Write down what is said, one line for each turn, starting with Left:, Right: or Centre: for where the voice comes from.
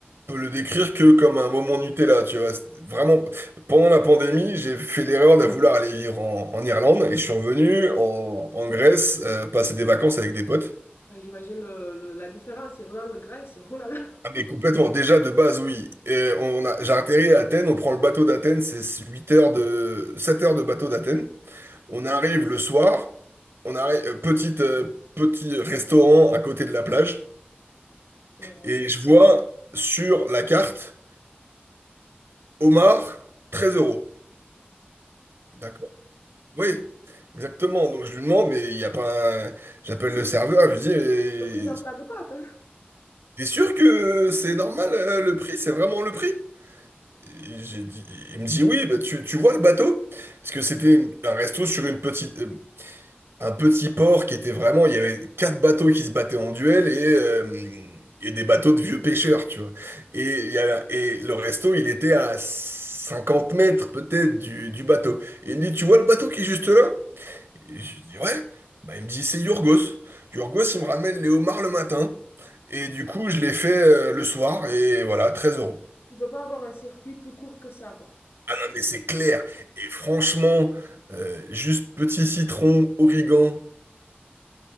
Right: peux le décrire que comme un moment Nutella, tu vois. C'était Vraiment, pendant la pandémie, j'ai fait l'erreur de vouloir aller vivre en, en Irlande et je suis revenu en, en Grèce, euh, passer des vacances avec des potes.
Left: Ouais, J'imagine le- le- la différence, Irlande, Grèce, <laughs> oh là là.
Right: Ah, Mais complètement, déjà de base, oui. Et on a, j'ai atterri à Athènes, on prend le bateau d'Athènes, c'est 8 heures de, 7 heures de bateau d'Athènes. On arrive le soir, on arrive, euh, petite, euh, petit restaurant à côté de la plage,
Left: Ouais.
Right: et je vois sur la carte, homard, 13 euros. D'accord. Oui, exactement. Donc je lui demande, mais il n'y a pas un- J'appelle le serveur, je lui dis,
Left: Le prix d'un plat
Right: mais
Left: de pâtes.
Right: t'es sûr que c'est normal euh, le prix? C'est vraiment le prix? Et j'ai dit- Il me dit, oui, bah, tu, tu vois le bateau? Parce que c'était une- un resto sur une petite, euh, un petit port qui était vraiment... Il y avait quatre bateaux qui se battaient en duel et, euh, et des bateaux de vieux pêcheurs, tu vois. Et, il y avait- et le resto, il était à 50 mètres peut-être du, du bateau. Et il me dit, tu vois le bateau qui est juste là? Et je lui dis, ouais. Bah, il me dit, c'est Yorgos. Yorgos, il me ramène les homards le matin. Et du coup, je les fais euh, le soir. Et voilà, 13 euros.
Left: Tu peux pas avoir un circuit plus court que ça, quoi.
Right: Ah non, mais c'est clair. Et franchement, euh, juste petit citron, origan,